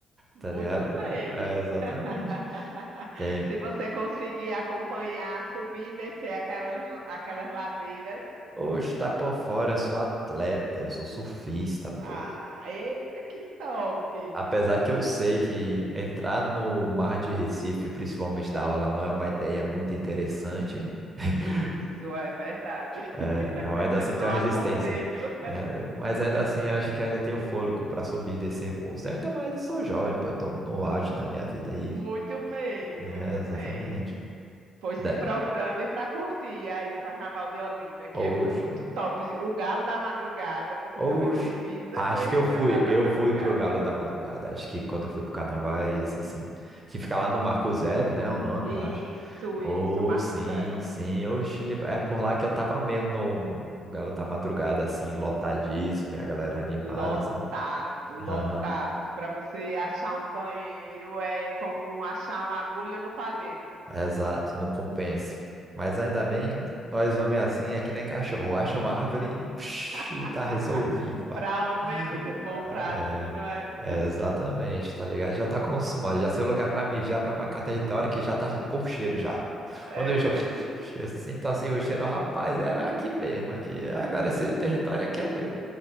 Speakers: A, on the right; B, on the right.
A: Muito
B: tá ligado?
A: bem.
B: É, exatamente.
A: <laughs>
B: Tem,
A: Se você conseguir acompanhar, subir e descer aquelas, aquelas ladeiras.
B: hoje tá por fora, eu sou atleta, eu sou surfista,
A: hum,
B: pô.
A: Ah, eita, que top!
B: Apesar que eu sei que entrar no mar de Recife, principalmente da aula, não é uma ideia muito interessante. <laughs>
A: Isso é verdade.
B: É,
A: <laughs>
B: eu ainda assim
A: Não
B: tenho a
A: aconselho.
B: resistência. É, mas ainda assim acho que ainda tenho fôlego para subir e descer muros. Ainda mais eu sou jovem, pô, então no auge da minha vida aí.
A: Muito bem,
B: É,
A: muito
B: exatamente.
A: bem. Pois
B: Da-
A: se programe para curtir aí o Carnaval de Olinda,
B: Hoje,
A: que é muito top. O Galo da Madrugada, você
B: hoje,
A: também precisa
B: acho
A: conhecer
B: que eu fui,
A: o Galo da
B: eu
A: Madrugada.
B: fui pro Galo da Madrugada. Acho que quando eu fui pro Carnavais, assim, que fica lá no Marco Zero, né, o nome,
A: Isso,
B: eu acho. Oh,
A: isso, Marco
B: sim,
A: Zero.
B: sim. hoje é por lá que eu tava mesmo no Galo da Madrugada, assim, lotadíssimo, e a galera animada,
A: Lotado,
B: assim. Aham.
A: lotado, que para você achar um banheiro é como achar uma agulha no palheiro.
B: Exato, não compensa. Mas ainda bem, nós homens assim é que nem cachorro. Acha uma árvore e, psh,
A: <laughs>
B: e tá resolvido, pai.
A: Para homem é muito
B: Ah,
A: bom, prático,
B: É,
A: não é? <laughs>
B: é, exatamente, tá ligado? Já tá consumado, já sei o lugar pra mijar, pra marcar território que já tá com cheiro já.
A: É.
B: Quando eu já eu sinto assim o cheiro, rapaz, é aqui mesmo, aqui. Agora esse território aqui é meu.